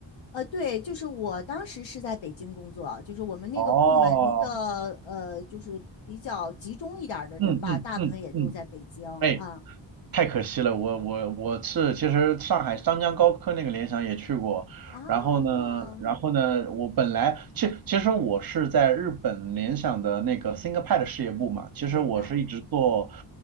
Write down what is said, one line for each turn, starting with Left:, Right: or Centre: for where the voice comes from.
Left: 呃，对，就是我当时是在北京工作，就是我们那个部门的呃，
Right: 哦，
Left: 就是比较集中一点儿的人吧，
Right: 嗯嗯嗯嗯，
Left: 大部分也都在北京啊
Right: 哎，太可惜了，我我我是其实上海张江高科那个联想也去过，
Left: 啊，
Right: 然后呢，然后呢，我本来其其实我是在日本联想的那个 ThinkPad 事业部嘛，其实我是一直做
Left: 明白。